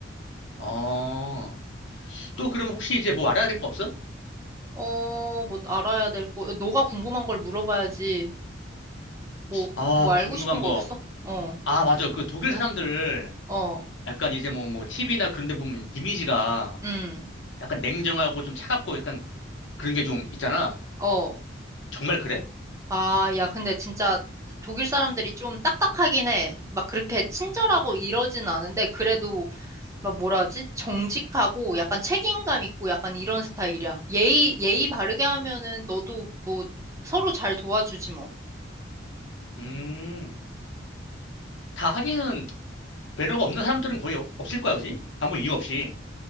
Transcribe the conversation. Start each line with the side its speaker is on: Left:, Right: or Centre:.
Left: 어, 또 그럼 혹시 이제 뭐 알아야 될 거 없어?
Right: 어, 뭐 알아야 될 거. 너가 궁금한 걸 물어봐야지. 뭐,
Left: 아,
Right: 뭐 알고
Left: 궁금한
Right: 싶은
Left: 거.
Right: 거 없어? 어,
Left: 아, 맞아. 그 독일 사람들
Right: 어,
Left: 약간 이제 뭐, 뭐, TV나 그런 데 보면 이미지가
Right: 음,
Left: 약간 냉정하고 좀 차갑고 약간 그- 그런 게 좀 있잖아.
Right: 어.
Left: 정말 그래?
Right: 아, 야, 근데 진짜 독일 사람들이 좀 딱딱하긴 해. 막 그렇게 친절하고 이러진 않은데 그래도 막 뭐라 하지? 정직하고 약간 책임감 있고 약간 이런 스타일이야. 예의, 예의 바르게 하면은 너도 뭐 서로 잘 도와주지 뭐.
Left: 음. 다 하기는 매너가 없는 사람들은 거의 어- 없을 거야, 그지? 아무 이유 없이.